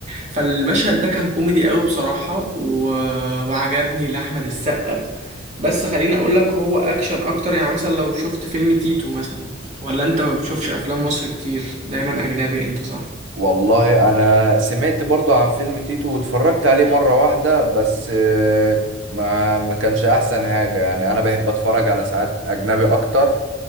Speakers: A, on the right; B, on the right.
A: فالمشهد ده كان كوميدي قوي بصراحة و... وعجبني لأحمد السقا بس خليني أقول لك هو أكشن أكتر يعني مثلا لو شفت فيلم تيتو مثلا ولا أنت ما بتشوفش أفلام مصر كتير دايما أجنبي أنت صح؟
B: والله انا سمعت برضو عن فيلم تيتو واتفرجت عليه مرة واحدة بس آه، ما ما كانش احسن حاجة يعني انا بحب اتفرج على ساعات اجنبي اكتر